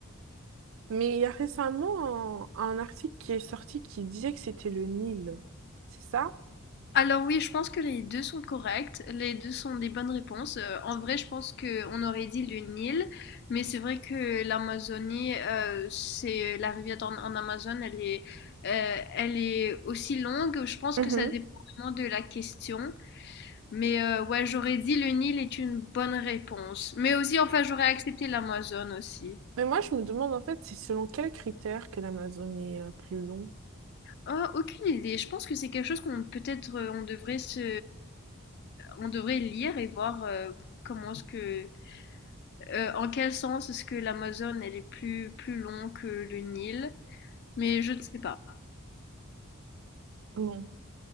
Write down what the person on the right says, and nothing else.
Mais il y a récemment un, un article qui est sorti qui disait que c'était le Nil. C'est ça?
Mhm.
Mais moi, je me demande en fait, c'est selon quel critère que l'Amazone est euh, plus long.
Bon,